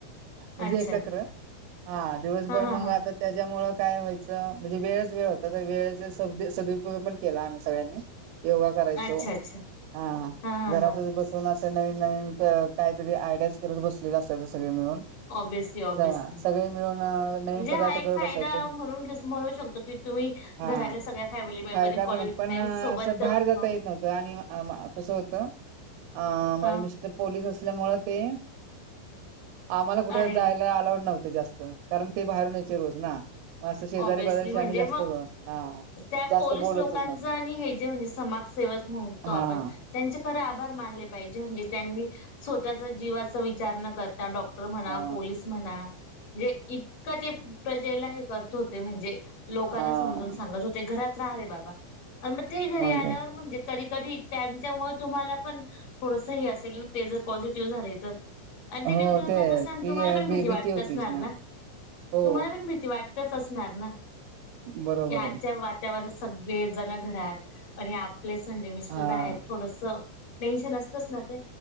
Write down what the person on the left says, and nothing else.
अच्छा
हा
हा हा
अच्छा अच्छा
हा
हा
ऑब्विसली ऑब्विसली
म्हणजे
हा एक
फायदा
म्हणून घेस म्हणू शकतो की तुम्ही
घरातल्या सगळ्या फॅमिली मेंबरनी
कॉलेज
टाइम
सोबत
ह
हा
अरे
ऑब्विसली
म्हणजे
मग
त्या
पोलीस
लोकांच
आणि हे जे म्हणजे समाजसेवक म्हणतो
आपण त्यांचे खरे आभार मानले पाहिजे म्हणजे त्यांनी स्वतःचा जीवाचा विचार न करता डॉक्टर म्हणा
पोलीस म्हणा म्हणजे इतकं ते प्रजेला हे करत होते म्हणजे लोकांना
समजून सांगत होते घरात रहा रे बाबा आणि म ते घरी
आल्यावर
म्हणजे तरी कधी त्यांच्यामुळे तुम्हाला पण थोडस हे असेल ते जर पॉझिटिव्ह झाले तर आणि ते
ड्युटीवर जात असणार
तुम्हाला पण
भीती वाटत
असणार ना
तुम्हाला पण भीती वाट त असणार ना
की आजच्या
वातावरणात सगळे जण घरात आणि आपलेच म्हणजे मिस्टर
बाहेर थोडस टेन्शन असतंच ना ते.